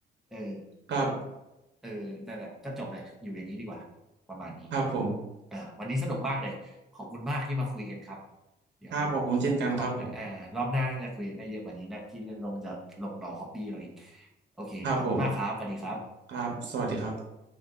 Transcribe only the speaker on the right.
ครับ
ครับผม
ครับขอบผมเช่นกันครับผม
ครับผมครับสวัสดีครับ